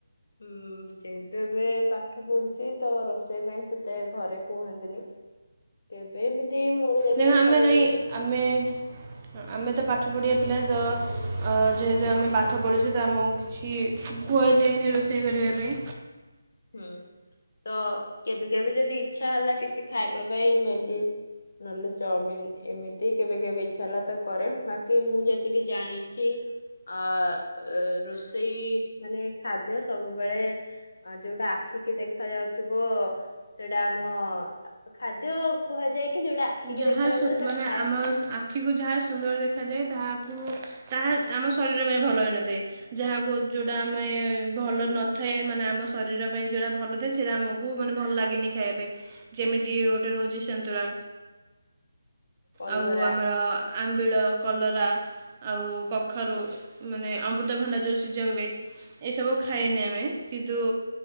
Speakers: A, on the left; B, on the right.
A: ହୁଁ ଯେହେତୁ ଏବେ ପାଠ ପଢୁଚେ ତ ରୋଷେଇ ପାଇଁ ସେତେ ଘରେ କୁହନ୍ତିନି। କେବେ ଏମିତି ମୋର ଯଦି
B: ଦେଖ
A: ଇଚ୍ଛା
B: ଆମେ
A: ହୁଏ
B: ନାଇଁ
A: କିଛି
B: ଆମେ ହଁ ଆମେ ତ ପାଠ ପଢ଼ିବା ପିଲା ତ ଅ ଯେହେତୁ ଆମେ ପାଠ ପଢ଼ୁଚୁ ତ ଆମୁ କିଛି କୁହାଯାଏନି ରୋଷେଇ କରିବା ପାଇଁ।
A: ହୁଁ ତ କେବେ କେବେ ଯଦି ଇଛା ହେଲା କିଛି ଖାଇବା ପାଇଁ ମ୍ୟାଗି ନହେଲେ ଚଅମିିନ ଏମିତି କେବେ କେବେ ଇଚ୍ଛା ହେଲା ତ କରେ ବାକି ମୁଁ ଯେତିକି ଜାଣିଛି ଅ ଅ ରୋଷେଇ ମାନେ ଖାଦ୍ୟ ସବୁବେଳେ ଆ ଯୋଉଟା ଆଖି କି ଦେଖାଯାଉଥିବ ସେଇଟା ଆମ ଖାଦ୍ୟ କୁହାଯାଏକି ଯଉଟା ଆଖିକି
B: ଯାହା
A: ଦେଖାଯାଉଥୁବ
B: ସୁ-
A: ସେଟା
B: ମାନେ
A: ଥାଏ।
B: ଆମ ଆଖିକୁ ଯାହା ସୁନ୍ଦର ଦେଖାଯାଏ ତାହାକୁ ତାହା ଆମ ଶରୀର ପାଇଁ ଭଲ ହୋଇନଥାଏ। ଯାହାକୁ ଯୋଉଟା ଆମେ ଭଲ ନଥାଏ ମାନେ ଆମ ଶରୀର ପାଇଁ ଯୋଉଟା ଭଲ ଥାଏ ସେଟା ଆମ କୁ ମାନେ ଭଲ ଲାଗେନି ଖାଇବା ପାଇଁ ଯେମିତି ଗୋଟେ ରହୁଚି ସନ୍ତୁଳା।
A: କଲରା
B: ଆଉ ଆମର ଆମ୍ବିଳ କଲରା ଆଉ କଖାରୁ ମାନେ ଅମୃତଭଣ୍ଡା ଯୋଉ ସିଜା ହୁଏ ଏସବୁ ଖାଇନେ ଆମେ କିନ୍ତୁ